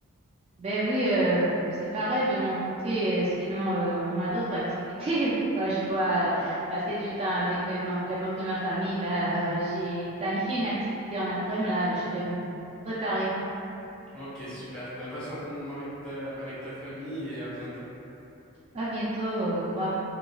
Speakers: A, on the right (about 30°); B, in the centre.
A: Ben oui, euh, c'est pareil de mon côté. euh, sinon, euh, on a d'autres activités. <laughs> Moi, je dois euh, passer du temps avec mes mem- les membres de ma famille. Là, Euh, j'ai planifié une activité en après-midi. Là, je vais me préparer.
B: Ok, super. Ben, passe un bon moment avec ta, avec ta famille et à bientôt.
A: À bientôt. euh, Au revoir.